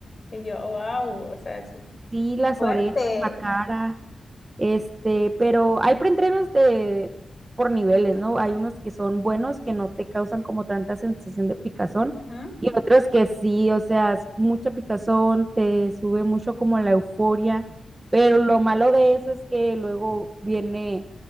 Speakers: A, on the left (about 35°); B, on the right (about 30°).
A: Y yo, wow, o sea, eso es
B: sí, las
A: fuerte.
B: orejas, la cara. Este, pero hay preentrenos de por niveles, ¿no? Hay unos que son buenos, que no te causan como tanta sensación de picazón,
A: Ujú.
B: y otros que sí, o sea, es mucha picazón, te sube mucho como la euforia, pero lo malo de eso es que luego viene